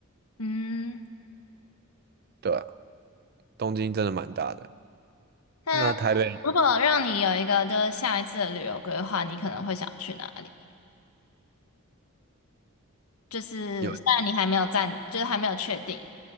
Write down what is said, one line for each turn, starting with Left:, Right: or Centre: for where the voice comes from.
Left: 嗯，
Right: 对啊，东京真的蛮大的。
Left: 那
Right: 那台北
Left: 如果让你有一个就是下一次的旅游规划，你可能会想去哪里？就是虽然你还没有暂，
Right: 有
Left: 就是还没有确定，